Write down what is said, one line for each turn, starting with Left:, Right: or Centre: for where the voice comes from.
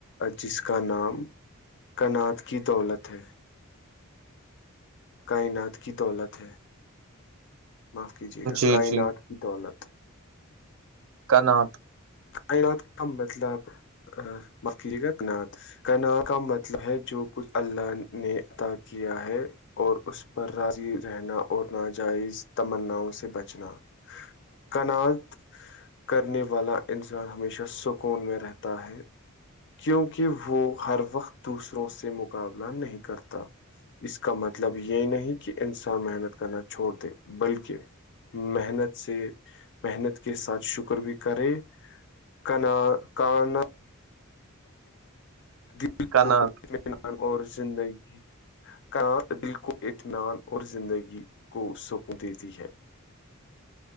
Left: جس کا نام کنات کی دولت ہے کائنات کی دولت ہے معاف کیجیے گا
Right: جی
Left: کائنات
Right: جی
Left: کی دولت
Right: کرناٹک
Left: کائنات کا مطلب بکریقتنا کنا کا مطلب ہے جو کچھ اللہ نے عطا کیا ہے اور اس پر راضی رہنا اور ناجائز تمناؤں سے بچنا کناعات کرنے والا انسان ہمیشہ سکون میں رہتا ہے کیونکہ وہ ہر وقت دوسروں سے مقابلہ نہیں کرتا اس کا مطلب یہ نہیں کہ انسان محنت کرنا چھوڑ دے بلکہ محنت سے محنت کے ساتھ شکر بھی کرے کنا کان د
Right: کنات
Left: کو اطمینان اور زندگی کا دل کو اطمان اور زندگی کو سکون دیتی ہے